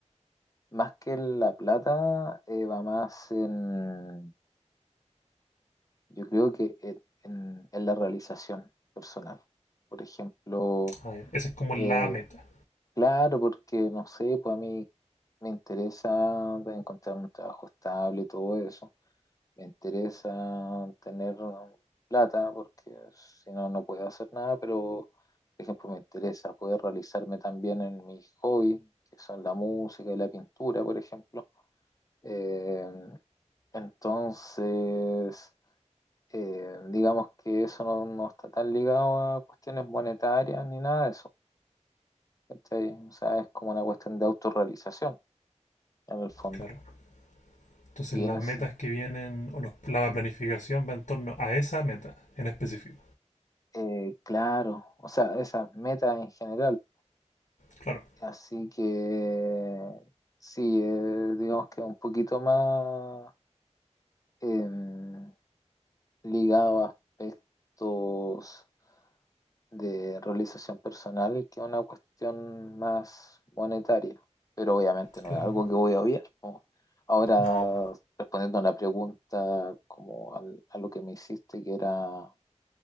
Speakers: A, on the left (about 30°); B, on the left (about 85°).
A: más que en la plata eh, va más en, yo creo que en, en- en la realización personal. Por ejemplo,
B: Ah, ya. Esa es como
A: eh,
B: la meta,
A: claro, porque no sé, pues a mí me interesa de encontrar un trabajo estable y todo eso me interesa tener plata porque si no, no puedo hacer nada, pero por ejemplo me interesa poder realizarme también en mis hobbies, que son la música y la pintura, por ejemplo. Eh, entonces, eh, digamos que eso no, no está tan ligado a cuestiones monetarias ni nada de eso. ¿cachai? O sea, es como una cuestión de autorrealización en el fondo.
B: claro. Entonces
A: Y
B: las
A: en ese,
B: metas que vienen, o los- la planificación va en torno a esa meta en específico.
A: eh, claro, o sea, esas metas en general
B: Claro,
A: Así que sí, eh, digamos que un poquito más em, ligado a aspectos de realización personal que una cuestión más monetaria, pero obviamente no
B: claro.
A: es algo que voy a obviar, ¿no? Ahora,
B: No,
A: respondiendo a la pregunta como al- a lo que me hiciste, que era